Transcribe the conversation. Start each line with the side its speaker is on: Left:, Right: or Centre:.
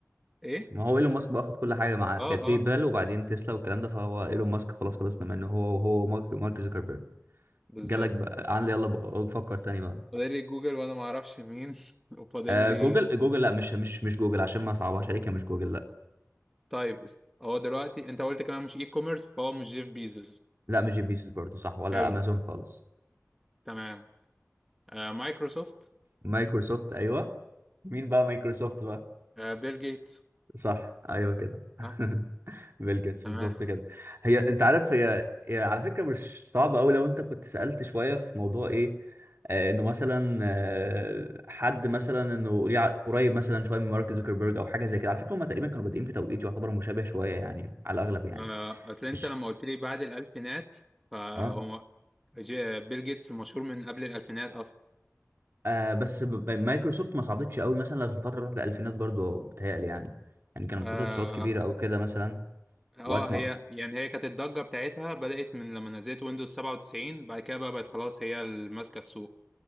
Centre: ايه
Right: ما هو ايلون ماسك بقى اخد كل حاجه معاه كانت
Centre: اه اه
Right: باي بال وبعدين تسلا والكلام ده فهو ايلون ماسك خلاص خلصنا منه هو وهو مارك مارك زوكربيرج
Centre: بالظبط
Right: جالك بقى عن يلا بقى فكر تاني بقى
Centre: فاضل لي جوجل وانا ما اعرفش مين <laughs> وفاضل
Right: آه
Centre: لي
Right: جوجل جوجل لا مش مش مش جوجل عشان ما صعبهاش عليك هي مش جوجل لا
Centre: طيب است- هو دلوقتي انت قلت كمان مش اي كوميرس فهو مش جيف بيزوس
Right: لا مش جي بيسز برضه صح ولا
Centre: حلو
Right: امازون خالص
Centre: تمام آه مايكروسوفت
Right: مايكروسوفت ايوه مين بقى مايكروسوفت بقى
Centre: آه بيل جيتس
Right: صح ايوه كده
Centre: اه
Right: <laughs> بيل جيتس
Centre: تمام
Right: بالظبط كده هي انت عارف هي, هي على فكره مش صعبه قوي لو انت كنت سالت شويه في موضوع ايه آه انه مثلا آه حد مثلا انه ليه ع- قريب مثلا شويه من مارك زوكربيرج او حاجه زي كده على فكره هم تقريبا كانوا بادئين في توقيت يعتبر مشابه شويه يعني على الاغلب يعني
Centre: آه، اصل انت
Right: إيش.
Centre: لما قلت لي بعد الالفينات فهو
Right: اه
Centre: جي- بيل جيتس مشهور من قبل الالفينات اصلا
Right: آه، بس ب- ب- مايكروسوفت ما صعدتش قوي مثلا في الفتره بتاعت الالفينات برضو بتهيألي يعني يعني كانت
Centre: اه
Right: بتطلع صعود كبيره او كده مثلا
Centre: آه،
Right: وقت ما
Centre: هي يعني هي كانت الضجه بتاعتها بدات من لما نزلت ويندوز 97 بعد كده بقى بقت خلاص هي اللي ماسكه السوق